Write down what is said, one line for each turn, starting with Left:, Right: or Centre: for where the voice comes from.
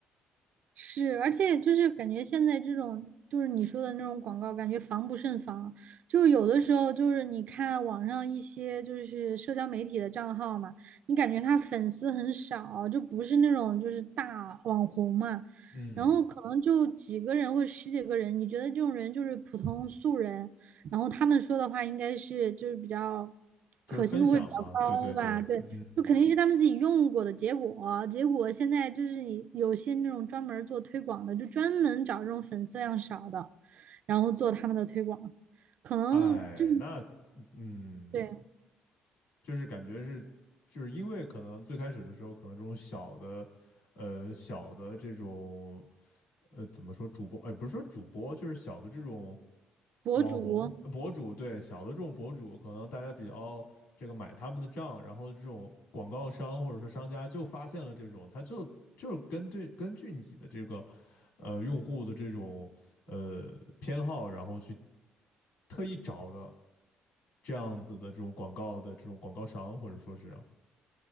Right: 是，而且就是感觉现在这种就是你说的那种广告，感觉防不胜防。就有的时候，就是你看网上一些就是社交媒体的账号嘛，你感觉他粉丝很少，就不是那种就是大网红嘛，
Left: 嗯。
Right: 然后可能就几个人或者十几个人，你觉得这种人就是普通素人，然后他们说的话应该是就是比较
Left: 就是分享嘛，
Right: 可信度会比较高吧？
Left: 对对对，
Right: 对，
Left: 嗯，
Right: 就肯定是他们自己用过的结果。结果现在就是你有些那种专门做推广的，就专门找这种粉丝量少的，然后做他们的推广，可能这
Left: 哎，那嗯，
Right: 对
Left: 就是感觉是，就是因为可能最开始的时候，可能这种小的，呃，小的这种，呃，怎么说主播，哎，不是说主播，就是小的这种
Right: 博主。
Left: 网红呃博主，对，小的这种博主，可能大家比较这个买他们的账，然后这种广告商或者说商家就发现了这种，他就就是根对根据你的这个呃用户的这种呃偏好，然后去特意找的这样子的这种广告的这种广告商或者说是啊